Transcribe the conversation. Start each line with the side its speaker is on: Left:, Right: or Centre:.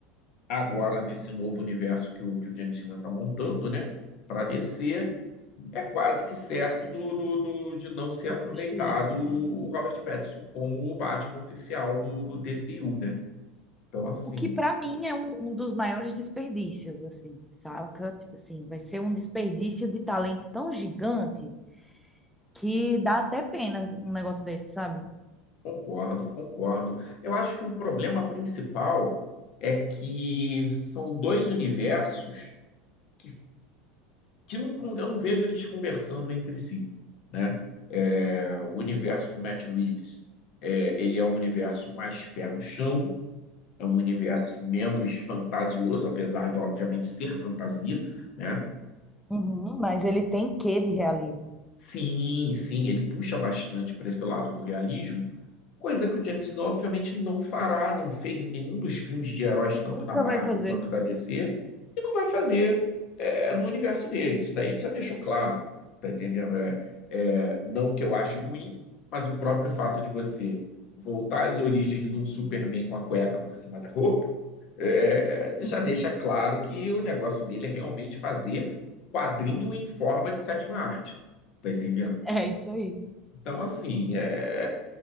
Left: agora, nesse novo universo que o, que o James Gunn está montando, né? Para descer, é quase que certo do, do, do- de não ser
Centre: Foi
Left: aproveitado
Centre: substituído.
Left: o Robert Pattinson como o Batman oficial do, do DCU, né? Então, assim,
Centre: O que para mim é um, um dos maiores desperdícios, assim, saca? Tipo assim, vai ser um desperdício de talento tão gigante que dá até pena um negócio desse, sabe?
Left: Concordo, concordo. Eu acho que o problema principal é que são dois universos que, que não, eu não vejo eles conversando entre si, né? É, o universo do Matt Reeves, é, ele é um universo mais pé no chão, é um universo menos fantasioso, apesar de, obviamente, ser fantasia, né?
Centre: Uhum, mas ele tem quê de realismo?
Left: Sim, sim, ele puxa bastante para esse lado do realismo, coisa que o James Gunn obviamente não fará, não fez em nenhum dos filmes de heróis,
Centre: E
Left: tanto
Centre: nunca
Left: da Marvel
Centre: vai fazer.
Left: quanto da DC, e não vai fazer é, no universo dele. Isso daí ele já deixou claro, tá entendendo? É, é, não que eu acho ruim, mas o próprio fato de você voltar às origens de um Superman com a cueca por cima da roupa, é, é,
Centre: <laughs>
Left: já deixa claro que o negócio dele é realmente fazer quadrinho em forma de sétima arte. Tá entendendo?
Centre: É isso aí.
Left: Então, assim, é,